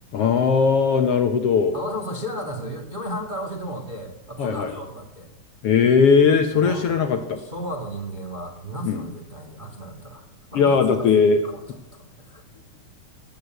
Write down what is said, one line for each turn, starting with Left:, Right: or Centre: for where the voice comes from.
Left: あなるほど。
Right: あ、私もそれ知らなかったんですけど、よ嫁はんから教えてもらって、あ、こんなんあるよとか言って、
Left: はいはい。えー、それは知らなかった。
Right: もうあの、昭和の人間は見ますよね、
Left: うん。
Right: 絶対に。秋菜だったら。まあ、
Left: いやー、
Right: 松田聖子はちょっとね、
Left: だって、